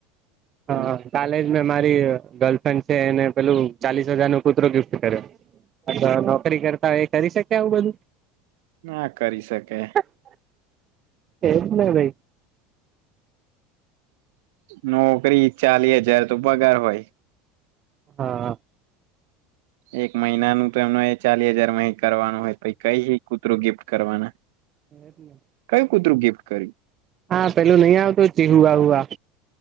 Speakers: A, on the right; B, on the right.
A: હા
B: હ
A: કાલેજ મેં મારી ગર્લફ્રેન્ડ છે એને પેલું ચાલીસ હજાર નો કુતરો ગિફ્ટ કર્યો નોકરી કરતા એ કરી શકે આવું બધું
B: ના કરી શકે
A: <inaudible> એ જ ને ભાઈ
B: નોકરી ચાલી હજાર તો પગાર હોય.
A: હા.
B: એક મહિનાનું તો એમનો એ ચાલીસ હજારમાં એકરવાનું હોય પહી કઈ છે કૂતરું ગિફ્ટ કરવાના
A: એજ ને,
B: કયું કૂતરું ગિફ્ટ કર્યું?
A: હા પેલું નહી આવતુ ચિહુ આરૂ આ